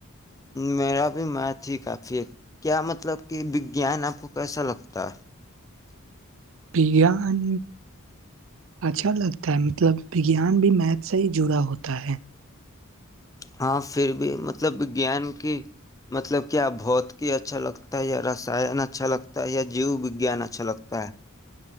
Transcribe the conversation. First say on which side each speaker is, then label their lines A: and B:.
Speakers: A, on the left; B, on the right.
A: میرا بھی مات ہی کافی کیا مطلب کہ وگیان آپ کو کیسا لگتا ہے
B: وگیان اچھا لگتا ہے مطلب وگیان بھی میتھ سے ہی جڑا ہوتا ہے
A: ہاں پھر بھی مطلب وگیان کی مطلب کیا بھوت کی اچھا لگتا ہے یا رسان اچھا لگتا ہے یا جیو وگان اچھا لگتا ہے